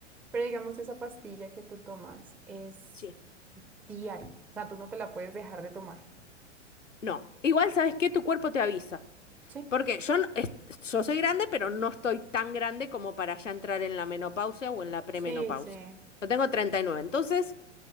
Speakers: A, in the centre; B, on the left.
A: Pero digamos, esa pastilla que tú tomas es
B: Sí.
A: diaria. O sea, tú no te la puedes dejar de tomar.
B: No. Igual, ¿sabes qué? Tu cuerpo te avisa.
A: Sí,
B: Porque yo, no- es- yo soy grande, pero no estoy tan grande como para ya entrar en la menopausia o en la premenopausia.
A: sí, sí.
B: Yo tengo 39. Entonces,